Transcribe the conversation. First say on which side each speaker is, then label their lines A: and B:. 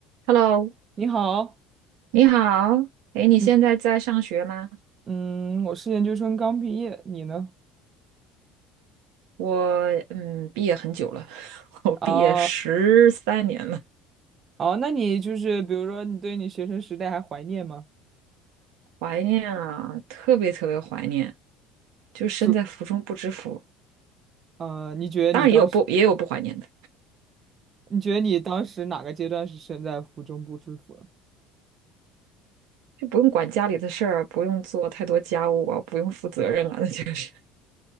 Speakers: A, on the right; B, on the right.
A: Hello，
B: 你好，
A: 你好。哎，你现在在上学吗？
B: 嗯嗯，我是研究生刚毕业，你呢？
A: 我嗯，毕业很久了，<laughs> 我毕业十三年了，
B: 哦哦，那你就是比如说，你对你学生时代还怀念吗？
A: 怀念啊，特别特别怀念。就身在福中不知福，
B: 是，呃，你觉得你当时，
A: 当然也有不也有不怀念的，
B: 你觉得你当时哪个阶段是身在福中不知福的
A: 就不用管家里的事儿，不用做太多家务啊，不用负责任啊，那就是